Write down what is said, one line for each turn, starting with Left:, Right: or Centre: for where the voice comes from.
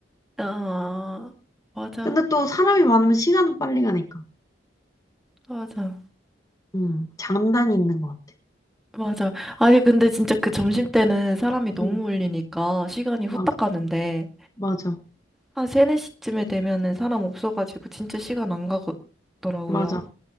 Centre: 아, 맞아,
Left: 근데 또 사람이 많으면 시간은 빨리 가니까.
Centre: 맞아,
Left: 응, 장단이 있는 것 같아.
Centre: 맞아. 아니, 근데 진짜 그 점심 때는 사람이 너무
Left: 응,
Centre: 몰리니까 시간이 후딱
Left: 맞아,
Centre: 가는데,
Left: 맞아,
Centre: 한 세네 시쯤에 되면은 사람 없어가지고 진짜 시간 안 가더라고요.
Left: 맞아.